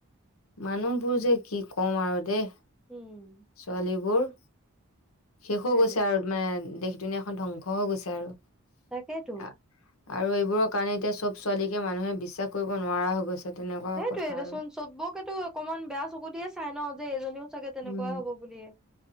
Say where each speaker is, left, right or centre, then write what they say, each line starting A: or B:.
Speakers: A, on the left; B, in the centre.
A: মানুহবোৰ যে কি কম আৰু দেই
B: উম
A: ছোৱালীবোৰ শেষো
B: সেইটোয়েতো
A: গৈছে আৰু মানে দেশ দুনীয়া এখন ধ্বংসও গৈছে আৰু
B: তাকেইতো
A: আহ, আৰু এইবোৰৰ কাৰণে এতিয়া সব ছোৱালীকে মানুহে বিশ্বাস কৰিব নোৱাৰা হৈ গৈছে। তেনেকুৱা
B: সেইটোৱয়ে
A: কথা
B: দেচোন
A: আৰু
B: চবকেতো অকনমান বেয়া চকু দিয়ে চাই ন যে এইজনীও চাগে তেনেকুৱা
A: উম
B: হ'ব বুলিয়ে।